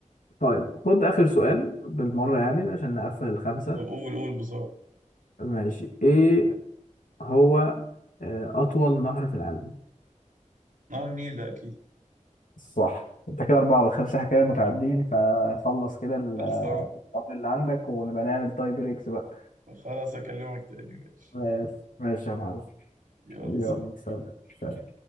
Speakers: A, on the left; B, on the right.
A: طيب خد اخر سؤال بالمره يعني عشان نقفل الخمسه
B: طب قول قول بسرعة
A: ماشي ايه هو آه، اطول نهر في العالم
B: نهر النيل ده اكيد
A: صح انت كده اربعه والخمسه احنا كده متعادلين فخلص كده الوقت
B: خلصان
A: اللي عندك ونبقى نعمل تاي بريكس بقى
B: خلاص اكلمك تاني ماشي
A: ماشي ماشي يا معلم
B: يلا
A: يلا
B: سلام
A: سلام سلام.